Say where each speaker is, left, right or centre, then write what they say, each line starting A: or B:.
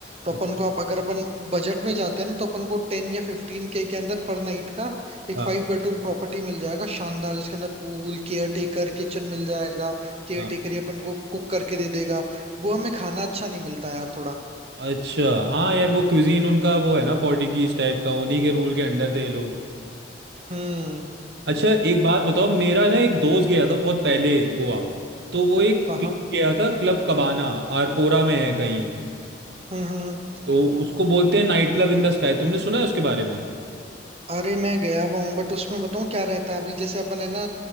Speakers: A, on the right; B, on the right.
A: तो
B: अच्छा
A: अपन को आप अगर अपन बजट में जाते हैं ना तो अपन को टेन या फिफ्टीन के के अंदर पर नाइट का एक
B: हाँ
A: फाइव बेडरूम प्रॉपर्टी मिल जाएगा शानदार जिसके अंदर पूल केयर टेकर किचन मिल जाएगा केयर
B: हाँ
A: टेकर ही अपन को कुक करके दे देगा गोवा में खाना अच्छा नहीं मिलता यार थोड़ा
B: अच्छा हाँ यार वो क्यूजीन उनका वो है ना पोर्टुगीज टाइप का उन्हीं के रूल के अंडर थे ये लोग
A: हम्म
B: अच्छा एक बात बताओ मेरा ना एक दोस्त गया था बहुत पहले गोवा तो वो एक
A: हाँ
B: क्लब
A: हाँ
B: गया था क्लब कबाना आरपोरा में है कहीं
A: हम्म हम्म हम्म।
B: तो उसको बोलते हैं night club in the sky तुमने सुना है उसके बारे में
A: अरे मैं गया हुआ हूँ बट उसमें बताऊँ क्या रहता है अभी जैसे अपन है ना